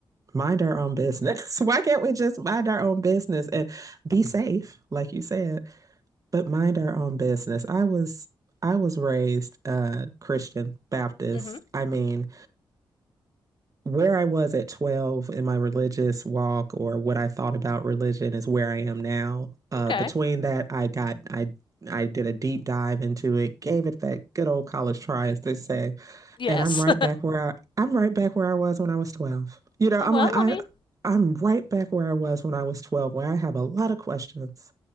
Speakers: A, on the right; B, on the left.
A: mind our own business? <laughs> Why can't we just mind our own business and be safe, like you said? but mind our own business. I was I was raised uh, Christian Baptist.
B: mm Mhm.
A: I mean, where I was at 12 in my religious walk or what I thought about religion is where I am now. Uh,
B: Okay.
A: between that, I got I I did a deep dive into it, gave it that good old college try, as they say
B: Yes.
A: and I'm right back where I, I'm right back where I was when I was 12.
B: <laughs>
A: You know,
B: well,
A: I'm like I
B: I mean,
A: I'm right back where I was when I was 12, where I have a lot of questions,